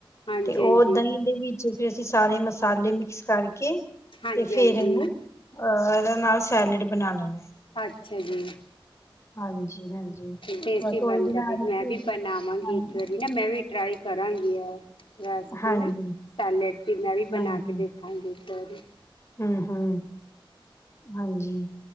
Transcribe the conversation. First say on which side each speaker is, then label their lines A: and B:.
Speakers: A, on the left; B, on the left.
A: ਹਾਂਜੀ
B: ਤੇ ਓ ਓਦਾ
A: ਹਾਂਜੀ
B: ਦਹੀਂ ਦੇ ਵਿੱਚ ਫਿਰ ਅਸੀਂ ਸਾਰੇ ਮਸਾਲੇ ਮਿਕਸ ਕਾਰਕੇ,
A: ਹਾਂਜੀ
B: ਤੇ ਫੇਰ
A: ਹਾਂਜੀ
B: ਏਨੂੰ ਅ, ਐਦਾ ਨਾਲ ਸੈਲਡ ਬਨਾ ਲੈਨੈ ਆ।
A: ਆੱਛਾ ਜੀ,
B: ਹਾਂਜੀ, ਹਾਂਜੀ
A: ਟੇਸਟੀ
B: ਬਸ ਉਹੀ
A: ਬਨਦੈ
B: ਬਣਾ
A: ਵੀ
B: ਰਹੀ
A: ਮੈਂ
B: ਸੀ
A: ਵੀ ਬਨਾਵਾਂਗੀ
B: ਹਾਂ
A: ਇੱਕ ਵਰੀ ਨਾ ਮੈਂ ਵੀ ਟ੍ਰਾਈ ਕਰਾਂਗੀ ਐ, ਰੈਸਪੀ
B: ਹਾਂਜੀ,
A: ਨਾ ਸੈਲਡ ਦੀ ਮੈਂ ਵੀ ਬਨਾ
B: ਹਾਂਜੀ
A: ਕੇ ਦੇਖੂ <unintelligible>
B: ਹੂੰ, ਹੂੰ ਹਾਂਜੀ।